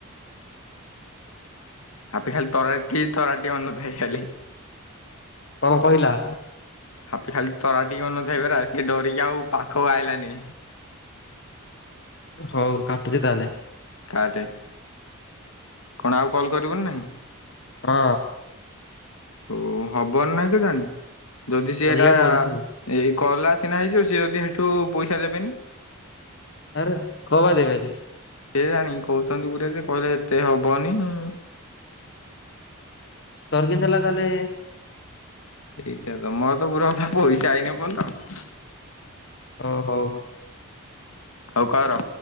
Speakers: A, on the left; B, on the left.
A: ହାପି ଖାଲି ତରାଟି ତରାଟି ଅନଉ ଥାଏ ଖାଲି।
B: କଣ କହିଲା?
A: ହାପି ଖାଲି ତରାଟି ଅନଉଥାଇ ପରା ସିଏ ଡରିକି ଆଉ ପାଖକୁ ଆଇଲାନି।
B: ହଉ କାଟୁଛି ତାହେଲେ।
A: କାଟେ, କଣ ଆଉ କଲ୍ କରିବୁନି ନାହିଁ?
B: କହ
A: ଓ ହବନି ନାଇଁ କେଜାଣି ଯଦି ସିଏ
B: ଅଧିକା
A: ଏଟା-ଆ-ଆ
B: କରୁଥିଲି
A: ଏଇ କଲା ସିନା ହେଇଯିବ ସିଏ ଯଦି ସେଠୁ ପଇସା ଦେବେନି।
B: ଆରେ କଣ ପାଇଁ ଦେବେନି?
A: କେଜାଣି କହୁଛନ୍ତି ପୁରା ଯେ କହିଲେ ଏତେ ହବନି-ଇ-ଇ।
B: ତୋର କେନିନ୍ତି ହେଲା ତାହେଲେ?
A: ଏଇଟା ତ ମୋର ତ ପୁରା କଥା ପଇସା ଆଇନି ଏପ୍ରଯ୍ୟନ୍ତ।
B: ଓ ହୋ।
A: ହଉ କର।